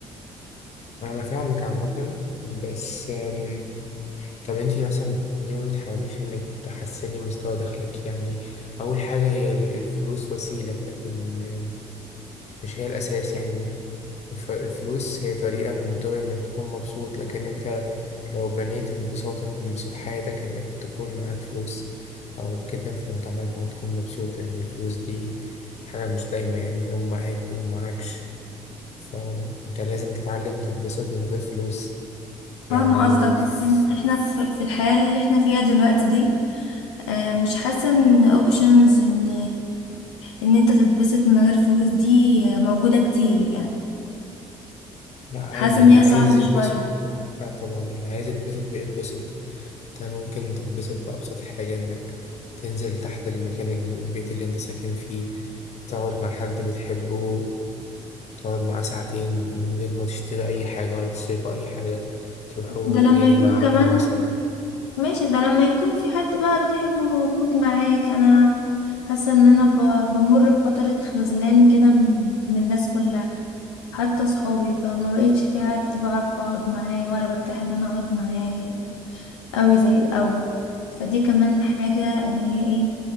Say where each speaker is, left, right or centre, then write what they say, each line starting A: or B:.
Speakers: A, on the left; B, on the left.
A: انا فاهمك عامة بس آم، طب انتي مثلا ليه ما بتحاوليش انك تحسني مستوى دخلك يعني اول حاجة هي ال- الفلوس وسيلة لكن آم، مش هي الاساس يعني الف- الفلوس هي طريقة من طرق انك تكون مبسوط لكن انت لو بنيت انبساطك من انبساط حياتك انك تكون معاك فلوس او كده فانت عمرك ما هتكون مبسوط لان الفلوس دي حاجة مش دايما يعني يوم معاك ويوم معاكش فانت لازم تتعلم تتبسط من غير فلوس يعني
B: فاهمة قصدك
A: ف-
B: بس إن- احنا في في الحياة اللي احنا فيها دلوقتي دي آه، مش حاسة ان اوبشنز ان ان انت تتبسط من غير فلوس دي آه، موجودة كتير يعني
A: لا عادي
B: حاسة
A: اللي
B: ان هي
A: عايز
B: صعبة
A: يتبسط
B: شوية
A: لا طبعا اللي عايز يتبسط بيتبسط انت ممكن تتبسط بأبسط حاجة انك تنزل تحت المكان اللي البيت اللي انت ساكن فيه تقعد مع حد بتحبه تقعد معاه ساعتين من غير ما تشتري أي حاجة ولا تصرفوا أي حاجة تروحوا
B: ده لما
A: جنينة
B: يكون
A: عامة
B: كمان
A: مثلا
B: ماشي ده لما يكون في حد بقى بتحبه موجود معاك انا حاسة ان انا ب- بمر بفترة خذلان كده من من الناس كلها حتى صحابي فما بقيتش في حد بعرف اقعد معاه ولا برتاح ان انا اقعد معاه قوي زي الأول فدي كمان حاجة اللي هي ايه